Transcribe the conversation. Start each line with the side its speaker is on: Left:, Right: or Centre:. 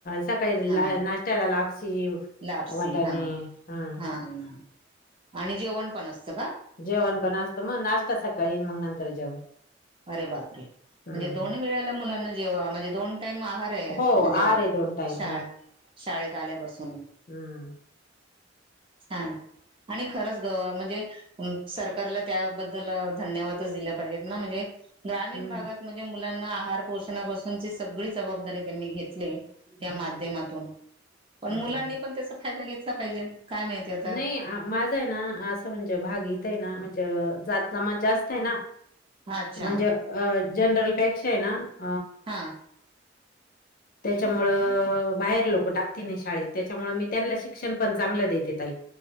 Left: सकाळी
Right: हा
Left: ला नाश््याला लाग.. अशी
Right: लापसी
Left: वाटाने,,
Right: हा
Left: हम्म.
Right: हा हा आणि जेवण पण असतं का
Left: जेवण पण असत, मग नाश्ता सकाळी मग नंतर जेवण..
Right: अरे बापरे!
Left: हं,
Right: म्हणजे दोन
Left: हं.
Right: वेळाला मुलांना जेव्हा म्हणजे दोन टाइम आहार आहे
Left: हो,
Right: म्हणजे..
Left: आहार आहे टाईम.
Right: शा,,,
Left: हो.
Right: शाळेत आल्यापासून
Left: हं.
Right: छांन.. आणि खरंच ग,, म्हणजे सरकारला त्याबद्दल धन्यवादच दिले पाहिजेत ना म्हणजे.. ग्रामीण
Left: हं.
Right: भागात म्हणजे मुलांना आहार पोषणापासूनची सगळी जबाबदारी. त्यांनी घेतले, त्या
Left: हं,
Right: माध्यमातून पण
Left: हं,
Right: मुलांनी
Left: हं.
Right: पण त्याचा फायदा घेतला पाहिजे.. काय माहिती आता
Left: नाही माझा आहे ना, असं म्हणजे भाग येत आहे ना म्हणजे,, जात जमा जास्त आहे ना
Right: अच्छा
Left: म्हणजे अऽऽजनरल पेक्षा आहे नाऽऽ
Right: <inaudible> हा
Left: त्याच्यामुळं बाहेर लोक टाकते नाही शाळेत त्याच्यामुळ मी त्यांना शिक्षण पण चांगलं देते ताई